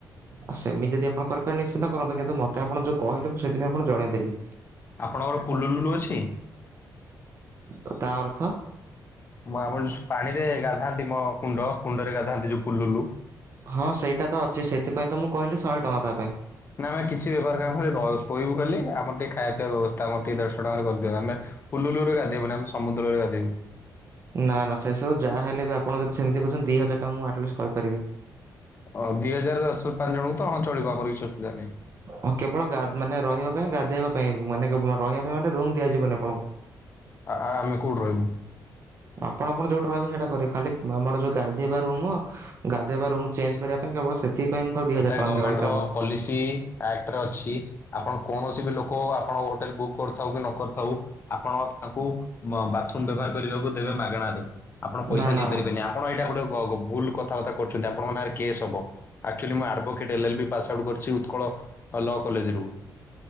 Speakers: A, on the right; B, on the left.
A: ଆ ସେମି ଯଦି ଆପଣ କରିପାରେ ନିଶ୍ଚିନ୍ତ କରନ୍ତୁ, ମତେ ଆପଣ ଯୋଉ କହିଲେ ମୁଁ ସେଥିପାଇଁ ଆପଣ ଜଣେଇଦେଲି।
B: ଆପଣଙ୍କର ପୁଲୁ ଲୁଲ ଅଛି?
A: ତ ତା ଅର୍ଥ?
B: ମୁଁ ଆମ ପାଣିରେ ଗାଧାନ୍ତି ମ କୁଣ୍ଡ, କୁଣ୍ଡରେ ଗାଧାନ୍ତି ଯୋଉ ଫୁଲଲୁ
A: ହଁ ସେଇଟା ତ ଅଛି, ସେଥିପାଇଁ ତ ମୁଁ କହିଲି ଶହେ ଟଙ୍କା ତା ପାଇଁ।
B: ନା ଆମେ କିଛି ବ୍ୟବହାର <unintelligible> ଶୋଇବୁ ଖାଲି, ଆମର ଟିକେ ଖାଇବା ପିଇବା ବ୍ୟବସ୍ଥା ଆମର ଟିକେ ଦେଡ଼ଶ ଟଙ୍କାରେ କରିଦିଅ ଆମେ ପୁଲୁଲୁରେ ଗାଧେଇବୁନି ଆମେ ସମୁଦ୍ରରେ ଗାଧୋଇବୁ।
A: ନା ନା ସେ ସବୁ ଯାହା ହେଲେ ବି ଆପଣ ଯଦି ସେମିତିହୁଛନ୍ତି ଦି ହଜାର ଟଙ୍କା ମୁଁ ଆଟଲିଷ୍ଟ କରିପାରିବି।
B: ଓ ଦିଇ ହଜାର ଦଶରୁ ପାଞ୍ଚ ଜଣଙ୍କୁ ତ ହଁ ଚଳିବ ଆମର କିଛି ଅସୁବିଧା ନାହିଁ।
A: ହଁ କେବଳ ଗ ମାନେ ରହିବା ପାଇଁ ଗାଧୋଇବା ପାଇଁ ମାନେ ରହିବା ପାଇଁ ମାନେ ରୁମ ଦିଆଯିବନି ଆପଣଙ୍କୁ।
B: ଆ ଆ ଆମେ କୋଉଠି ରହିବୁ?
A: ଆପଣ ଆପଣ ଯେଉଁଟା ରହିବେ ସେଇଟା କରେ ଖାଲି ଆମର ଯେଉଁ ଗାଧୋଇବା ରୁମ୍ ଗାଧୋଇବା ରୁମ୍ ଚେଞ୍ଜ କରିବା ପାଇଁ କେବଳ ସେଥିପାଇଁ ଖାଲି ଦି
B: ସେଇଟା
A: ହଜାର ଟଙ୍କା
B: ଗମେଣ୍ଟର
A: ନେଉଅଛି ଆମର
B: ପଲିସି ଆକ୍ଟରେ ଅଛି ଆପଣ କୌଣସି ବି ଲୋକ ଆପଣ ହୋଟେଲ ବୁକ୍ କରିଥାଉ କି ନ କରିଥାଉ ଆପଣ ତାଙ୍କୁ ବାଥରୁମ ବ୍ୟବହାର କରିବାକୁ ଦେବେ ମାଗଣାରେ। ଆପଣ ପଇସା
A: ନା ନା
B: ନେଇପାରିବେନି ଆପଣ ଏଇଟା ଗୋଟେ ଭୁଲ କଥାବାର୍ତ୍ କରୁଛନ୍ତି ଆପଣଙ୍କ ନାଁରେ କେସ୍ ହେବ। ଆକ୍ଚୁଆଲି ମୁଁ ଆଡଭୋକେଟ୍ଲ L L B pass out କରିଛି ଉତ୍କଳ ଲ କଲେଜରୁ।